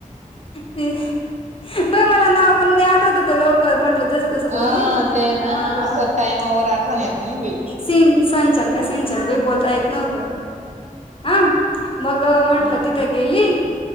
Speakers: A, on the left (about 40°); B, on the right (about 55°).
A: ते बाई मला नाव पण आठवत होत लवकर म टलं जस तस
B: हा
A: बोलली,
B: ते
A: आ
B: ना
A: मग
B: असं टायमावर आठवण येत नाही बाई
A: सिंचन का सिंचन भ बोलता येत नव्हतं. हा मग म्हंटलं
B: हा
A: तिथं गेली